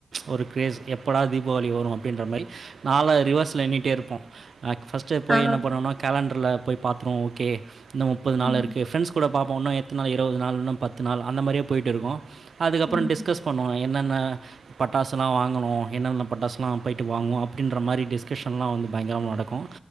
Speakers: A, on the right; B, in the centre.
A: ஒரு க்ரேஸ் எப்படா தீபாவளி வரு அப்டின்ற மாரி நாள ரிவர்ஸ்ல எண்ணிட்டே இருப்போ அ ஃபஸ்ட்டு போய்
B: ஆ
A: என்ன பண்ணுவன்னா கேலண்டர்ல போய் பாத்துருமவோ ஓகே இன்னு முப்பது நாள்
B: ம்
A: இருக்கு ஃப்ரண்ட்ஸ் கூட பாப்போ இன்னு எத்தன நாள் இருவது நாள் இன்னு பத்து நாள் அந்த மாரியே பொய்ட்டு இருக்கு அதுக்கப்ரோ
B: ம்
A: டிஸ்கஸ் பண்ணுவோ என்னென்ன பட்டாசுலா வாங்கணு என்னென்ன பட்டாசுலா பொய்ட்டு வாங்குவோ அப்டின்ற மாரிலா டிஸ்கஷன்லா வந்து பயங்ரம நடக்கு